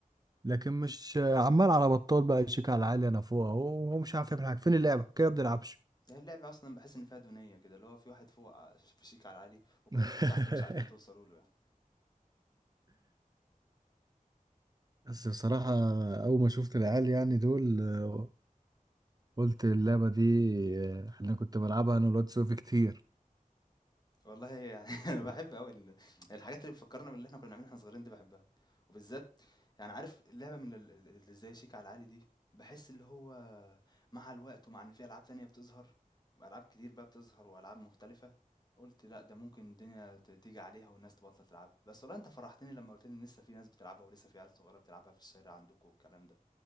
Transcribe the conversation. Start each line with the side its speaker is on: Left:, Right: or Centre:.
Right: لكن مش عمال على بطال بقى شيك على العالي انا فوق اهو وهو مش عارف يعمل حاجه فين اللعبه كده ما بنلعبش
Left: ده اللعبة أصلًا باحس إن فيها دونية كده، اللي هو في واحد فوق ع فشيك على العالي وكلكم
Right: <laughs>
Left: تحت مش عارفين توصلوا له يعني.
Right: بس بصراحه اول ما شفت العيال يعني دول آه، قلت اللعبه دي آه، انا كنت بلعبها انا والواد سوفي كتير
Left: والله يعني <laughs> أنا باحب أوي ال الحاجات اللي بتفكّرنا باللي إحنا كنا بنعمله واحنا صغيرين دي باحبها، وبالذات يعني عارف اللعبة من ال ال اللي زي شيك على العالي دي، باحس اللي هو مع الوقت ومع إن في ألعاب تانية بتظهر، وألعاب كتير بقى بتظهر وألعاب مختلفة، قُلت لأ ده ممكن الدنيا ت تيجي عليها والناس تبطّل تلعبها، بس والله أنت فرحتني لمّا قُلت لي إن لسه في ناس بتلعبها ولسه في عيال صغيرة بتلعبها في الشارع عندكم والكلام ده.